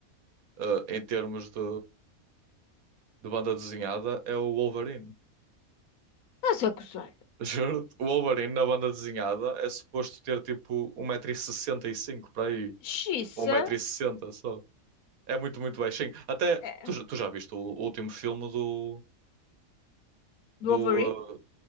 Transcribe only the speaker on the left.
Estás a gozar?
Xiça
é,
do Overy?